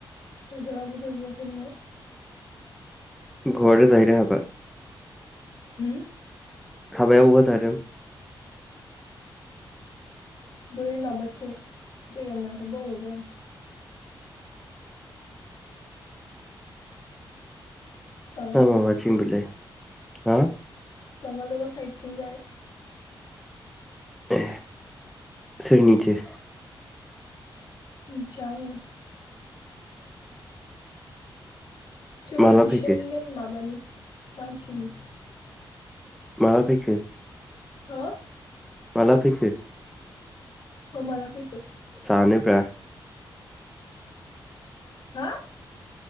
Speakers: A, on the left; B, in the centre.
A: दिनैथ' रावबो गैबौआसो न'आव
B: <unintelligible>
A: हो
B: हाबायाव अमा जादों
A: बै माबाथिं <unintelligible> बावबोबाय आं बाङालदबा
B: मा माबाथिं
A: साइद
B: बेलाय हा
A: बांगालदबा साइदथिं जाय
B: ए सोरनिथो
A: मोनथिया आङो सोरबा
B: माला
A: खृस्टान
B: फैखो
A: मेम माबानि मानसिनि
B: माला फैखो?
A: हो
B: माला फैखो?
A: अ माला फैखो
B: जानो ब्रा
A: हा